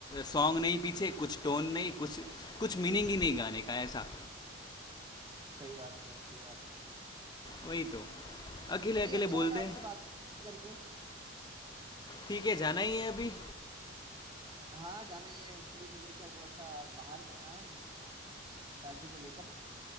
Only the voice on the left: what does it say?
सॉन्ग नहीं पीछे कुछ टोन नहीं कुछ कुछ मीनिंग ही नहीं गाने का ऐसा
वही तो अकेले
अकेले
बोलते
ठीक है जाना ही है अभी